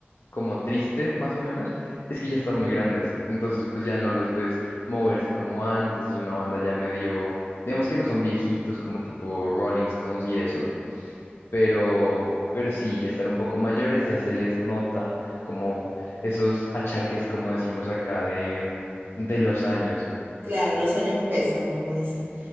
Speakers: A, on the left (about 85°); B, on the right (about 65°).
A: como triste, más o menos, es que ya están muy grandes. Entonces, pues ya no los ves moverse como antes. Es una banda ya medio, digamos que no son viejitos como tipo Rolling Stones y eso, pero, pero sí, ya están un poco mayores, ya se les nota como esos achaques, como decimos acá, de, de los años.
B: Claro, los años pesan, como dicen.